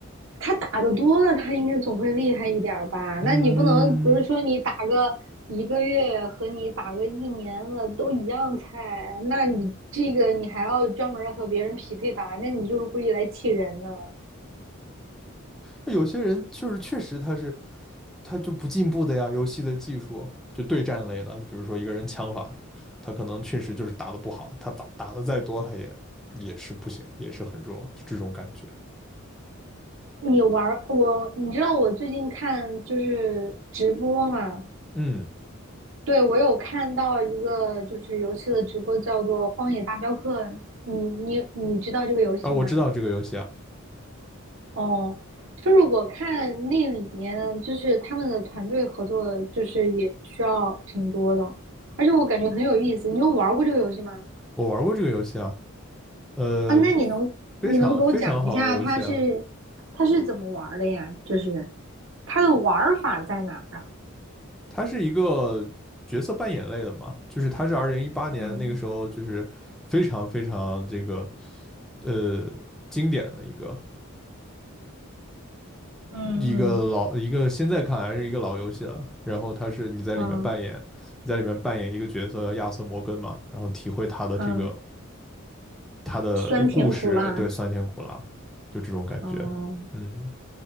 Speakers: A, on the right; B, in the centre.
A: 他打的多了，他应该总会厉害一点儿吧？
B: 嗯，
A: 那你不能，比如说你打个一个月和你打个一年了都一样菜，那你这个你还要专门和别人匹配打，那你就是故意来气人呢。
B: 有些人就是确实他是他就不进步的呀，游戏的技术就对战类的，就比如说一个人枪法，他可能确实就是打得不好，他打打得再多，他也也是不行，也是很弱，就这种感觉。
A: 你玩我，你知道我最近看就是直播嘛？
B: 嗯。
A: 对，我有看到一个就是游戏的直播，叫做《荒野大镖客》，你你你知道这个游戏吗？
B: 啊，我知道这个游戏啊，
A: 哦，就是我看那里面，就是他们的团队合作，就是也需要挺多的，而且我感觉很有意思。你有玩过这个游戏吗？
B: 我玩过这个游戏啊，呃，
A: 啊，那你能你能给我讲一下它是它是怎么玩儿的呀？
B: 非常非常好的游戏啊，
A: 就是它的玩儿法在哪儿啊？
B: 它是一个角色扮演类的嘛，就是它是二零一八年那个时候就是非常非常这个
A: 嗯
B: 呃经典的一个
A: 嗯嗯
B: 一个老一个现在看来是一个老游戏了，然后它是你在里面扮演
A: 嗯
B: 你在里面扮演一个角色叫亚瑟摩根嘛，然后体会他的这个
A: 嗯，
B: 他的故事，
A: 酸甜苦辣，
B: 对酸甜苦辣，就这种感觉，
A: 嗯
B: 嗯。